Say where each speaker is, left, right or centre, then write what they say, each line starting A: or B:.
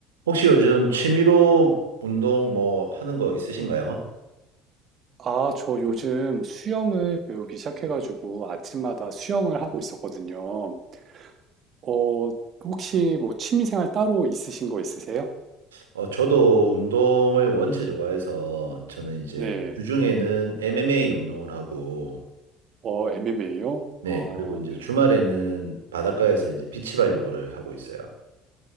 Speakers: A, on the right (about 80°); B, on the right (about 45°).
A: 혹시 요즘 취미로 운동 뭐 하는 거 있으신가요?
B: 아, 저 요즘 수영을 배우기 시작해가지고 아침마다 수영을 하고 있었거든요. 어, 혹시 뭐 취미생활 따로 있으신 거 있으세요?
A: 어, 저도 운동을 원체 좋아해서 저는 이제
B: 네.
A: 주중에는 MMA 운동을 하고,
B: 어, MMA요?
A: 네,
B: 아,
A: 그리고 이제
B: 네.
A: 주말에는 바닷가에서 이제 비치발리볼을 하고 있어요.